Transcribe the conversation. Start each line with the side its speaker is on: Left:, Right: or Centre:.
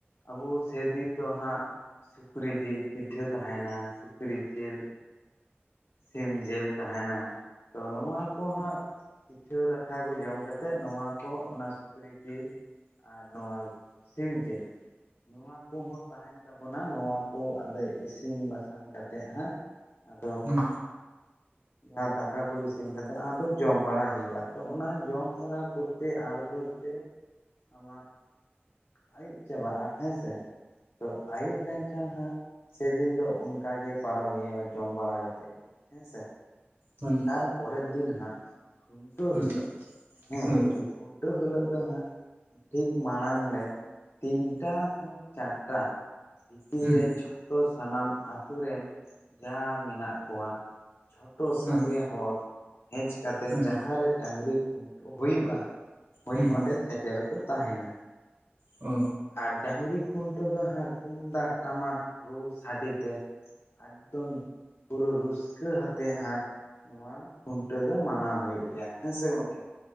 Left: ᱟᱵᱚ ᱥᱮᱫᱤᱱ ᱫᱚ ᱦᱟᱸᱜ ᱥᱩᱠᱨᱤ ᱡᱤᱞ ᱯᱤᱴᱷᱟᱹ ᱛᱟᱸᱦᱮᱸᱱᱟ ᱥᱩᱠᱨᱤ ᱡᱤᱞ ᱥᱤᱢ ᱡᱤᱞ ᱛᱟᱸᱦᱮᱸᱱᱟ ᱛᱚ ᱱᱚᱣᱟ ᱠᱚ ᱦᱟᱸᱜ ᱯᱤᱴᱷᱟᱹ ᱞᱟᱴᱷᱟ ᱠᱚ ᱡᱚᱢ ᱠᱟᱛᱮᱜ ᱱᱚᱣᱟ ᱠᱚ ᱚᱱᱟ ᱥᱩᱠᱨᱤ ᱡᱤᱞ ᱟᱨ ᱱᱚᱣᱟ ᱥᱤᱢᱡᱤᱞ ᱱᱚᱣᱟ ᱠᱩ ᱦᱚᱸ ᱛᱟᱸᱦᱮᱸᱱ ᱛᱟᱵᱚᱱᱟ ᱱᱚᱣᱟ ᱠᱚ ᱟᱫᱚ ᱤᱥᱤᱱ ᱵᱟᱥᱟᱝ ᱠᱟᱛᱮ ᱦᱟᱸᱜ ᱟᱫᱚ
Right: ᱦᱩᱸ
Left: ᱡᱟᱦᱟᱸ ᱫᱟᱠᱟ ᱠᱚ ᱤᱥᱤᱱ ᱠᱟᱛᱮ ᱟᱫᱚ ᱡᱚᱢ ᱵᱟᱲᱟ ᱦᱩᱭᱩᱜᱼᱟ ᱛᱚ ᱚᱱᱟ ᱡᱚᱢ ᱵᱟᱲᱟ ᱠᱚ ᱛᱮ ᱟᱨ ᱠᱚᱛᱮ ᱟᱢᱟᱜ ᱟᱭᱩᱵ ᱪᱟᱵᱟᱜᱼᱟ ᱦᱮᱸᱥᱮ ᱛᱚ ᱟᱭᱩᱵ ᱞᱮᱱ ᱠᱷᱟᱱ ᱦᱟᱸᱜ ᱥᱮᱫᱤᱱ ᱫᱚ ᱚᱱᱠᱟ ᱜᱮ ᱯᱟᱨᱚ ᱦᱩᱭᱩᱜᱼᱟ ᱡᱚᱢ ᱵᱟᱲᱟ ᱠᱟᱛᱮ ᱜᱮ ᱦᱮᱸ ᱥᱮ
Right: ᱦᱳᱭ
Left: ᱟᱨ ᱯᱚᱨᱮᱨ ᱫᱤᱱ ᱦᱟᱸᱜ ᱠᱷᱩᱱᱴᱟᱹᱣ
Right: ᱦᱩᱸ
Left: ᱦᱤᱞᱳᱜ ᱦᱮᱸ
Right: ᱦᱳᱭ
Left: ᱜᱚᱝᱠᱮ ᱠᱷᱩᱱ ᱴᱟ. ᱣ ᱦᱤᱞᱳᱜ ᱫᱚ ᱦᱟᱸᱜ ᱴᱷᱤᱠ ᱢᱟᱲᱟᱝ ᱲᱮ ᱛᱤᱱᱴᱟ ᱠᱷᱚᱱ ᱪᱟᱨᱴᱟ ᱵᱷᱤᱛᱤᱨ
Right: ᱦᱩᱸ
Left: ᱨᱮ ᱡᱷᱚ ᱛᱚ ᱥᱟᱱᱟᱢ ᱟᱛᱩ ᱨᱮᱱ ᱡᱟᱸᱦᱟᱸ ᱢᱮᱱᱟᱜ ᱠᱚᱣᱟ ᱡᱷᱚᱛᱚ ᱥᱟᱸᱜᱮ
Right: ᱦᱳᱭ
Left: ᱦᱚᱲ ᱦᱮᱪ ᱠᱟᱛᱮᱫ
Right: ᱦᱳᱭ
Left: ᱡᱟᱸᱦᱟᱸ ᱨᱮ ᱰᱟᱝᱨᱤ ᱠᱷᱩᱱ ᱦᱩᱭᱩᱜᱼᱟ ᱦᱳᱭ
Right: ᱦᱩᱸ
Left: ᱚᱸᱰᱮᱸ ᱥᱮᱴᱮᱨ ᱠᱚ ᱛᱟᱸᱦᱮᱱᱟ
Right: ᱚ
Left: ᱟᱨ ᱰᱟᱝᱨᱤ ᱠᱷᱩᱱᱴᱟᱹᱣ ᱫᱚ ᱦᱟᱸᱜ ᱛᱩᱢᱫᱟᱜ ᱴᱟᱢᱟᱠ ᱨᱩ ᱥᱟᱰᱤ ᱛᱮ ᱮᱠᱫᱚᱢ ᱯᱩᱨᱟᱹ ᱨᱩᱥᱠᱟᱹ ᱦᱟᱛᱮ ᱦᱟᱸᱜ ᱱᱚᱣᱟ ᱠᱷᱩᱱᱴᱟᱹᱣ ᱫᱚ ᱢᱟᱱᱟᱣ ᱦᱩᱭᱩᱜ ᱜᱮᱭᱟ ᱦᱮᱸ ᱥᱮ ᱜᱚᱝᱠᱮ